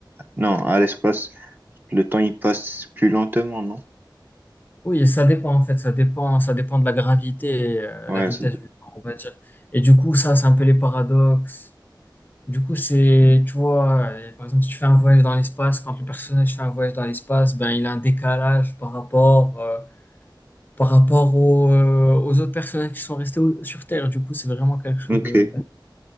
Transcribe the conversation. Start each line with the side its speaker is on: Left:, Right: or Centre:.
Right: non, à l'espace, le temps, il passe plus lentement, non?
Left: oui, ça dépend en fait, ça dépend, ça dépend de la gravité, et, euh,
Right: Ouais,
Left: la vitesse
Right: ça-
Left: du temps, on va dire. Et du coup, ça, c'est un peu les paradoxes. Du coup, c'est, tu vois, euh, par exemple, si tu fais un voyage dans l'espace, quand le personnage fait un voyage dans l'espace, ben il a un décalage par rapport, euh, par rapport aux, euh, aux autres personnages qui sont restés au- sur Terre. Du coup, c'est vraiment quelque chose
Right: ok.
Left: de.